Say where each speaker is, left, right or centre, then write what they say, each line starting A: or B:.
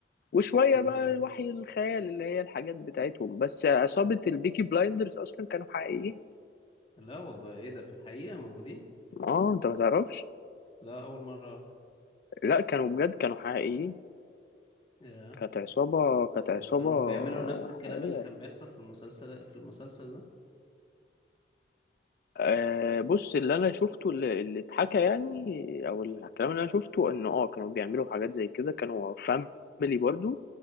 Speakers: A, on the left; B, on the left.
A: وشوية
B: امم
A: بقى وحي الخيال اللي هي الحاجات بتاعتهم بس عصابة البيكي بلايندرز أصلا كانوا حقيقيين
B: لا والله ايه ده في الحقيقه موجودين
A: اه انت ما تعرفش
B: لا اول مره اعرف
A: لا كانوا بجد كانوا حقيقيين
B: ياه.
A: كانت عصابة كانت عصابة
B: وكانوا بيعملوا نفس
A: حقيقية
B: الكلام اللي كان بيحصل في المسلسل في المسلسل ده
A: آه بص اللي انا شفته اللي, اللي اتحكى يعني او الكلام اللي انا شفته انه اه كانوا بيعملوا حاجات زي كده كانوا فاميلي برضو